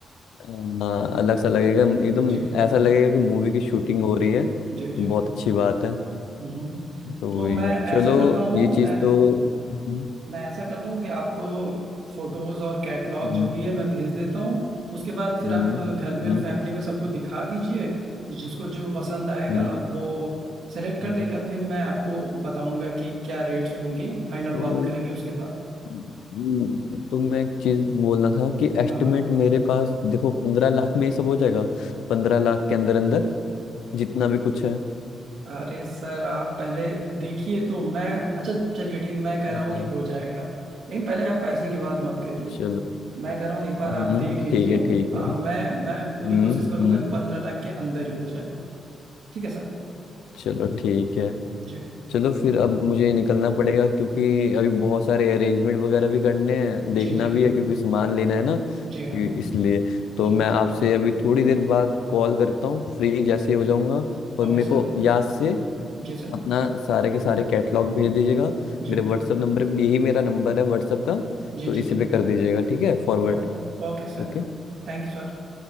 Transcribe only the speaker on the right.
जी
जी जी
हम्म।
तो
मैं
ऐसा करता हूँ
मैं ऐसा करता हूँ कि आपको फोटोज और कैटलॉग
जो भी है मैं भेज देता हूँ उसके बाद फिर
आप घर में
और फैमिली में सबको दिखा दीजिए जिसको जो पसंद आएगा
वो सेलेक्ट कर
लेगा फिर मैं आपको बताऊंगा कि क्या रेट्स होंगे फाइनल
बात करेंगे उसके बाद
हाँ हाँ
अरे सर आप पहले देखिए तो मैं अच्छा चलिए ठीक मैं कह
रहा हूँ कि हो जाएगा लेकिन पहले आप पैसे की बात मत करिए
मैं कह रहा हूँ एक बार
आप देख लीजिए
हाँ
मैं मैं
पूरी कोशिश करूंगा
कि पंद्रह लाख के अंदर ही हो जाए ठीक है सर
जी
जी जी
जी
जी हाँ
जी
Okay
sir
जी सर
जी
जी
जी
जी
Oh okay sir
Thank you sir